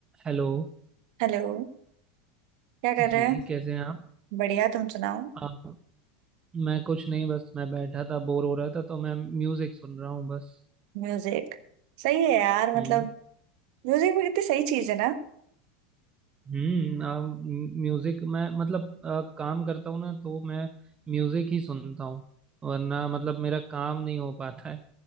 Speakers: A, on the right (about 25°); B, on the right (about 60°).
A: हेलो
B: हेलो क्या कर
A: जी
B: रहे हैं
A: कैसे हैं आप
B: बढ़िया तुम सुनाओ
A: आप मैं कुछ नहीं बस मैं बैठा था बोर हो रहा था तो मैं म्यूजिक सुन रहा हूँ बस
B: म्यूजिक सही है यार
A: हम्म
B: मतलब म्यूजिक भी कितनी सही चीज है ना <laughs>
A: हम्म आ, म्यूजिक मैं मतलब आ, काम करता हूँ ना तो मैं म्यूजिक ही सुनता हूँ वरना मतलब मेरा काम नहीं हो पाता है